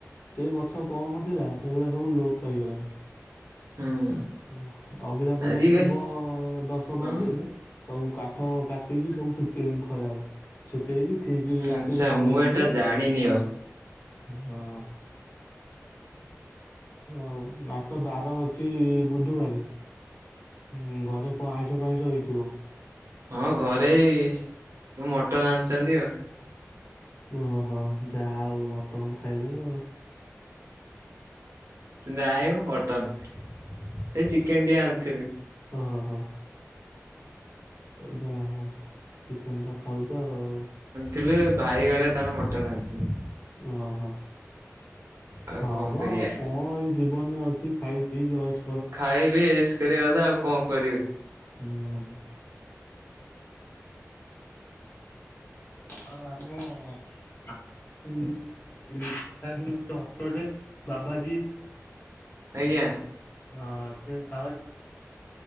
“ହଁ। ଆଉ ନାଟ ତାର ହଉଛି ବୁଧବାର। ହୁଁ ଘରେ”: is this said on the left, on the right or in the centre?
Left